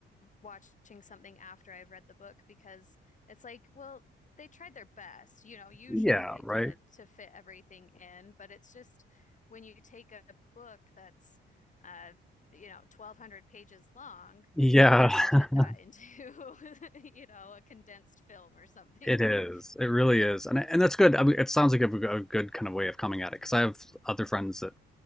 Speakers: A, on the left; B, in the centre.
A: watching something after I've read the book because it's like, well, they tried their best, you know, usually
B: Yeah,
A: they did
B: right.
A: to fit everything in, but it's just when you take a book that's uh you know 1200 pages long
B: Yeah,
A: it's hard to fit
B: <laughs>
A: that into <laughs> you know a condensed film or something
B: it is. It really is, and and that's good. I mean, it sounds like a, a good kind of way of coming at it because I have other friends that